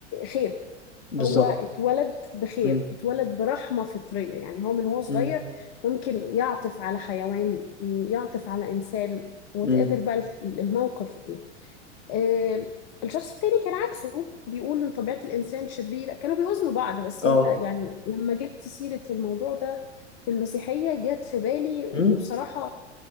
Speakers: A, on the left; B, on the left.
A: خير
B: بالظبط
A: هو اتولد بخير
B: م?
A: اتولد برحمة فطرية يعني هو من هو صغير
B: م?
A: ممكن يعطف على حيوان يعطف على إنسان whatever
B: ايوه
A: بقى الموقف إيه آه، الشخص التاني كان عكسه بيقول إن طبيعة الإنسان شريرة كانوا بيوزنوا بعض بس
B: اه
A: أنت يعني لما جبت سيرة الموضوع ده في المسيحية جت في بالي وبصراحة
B: امم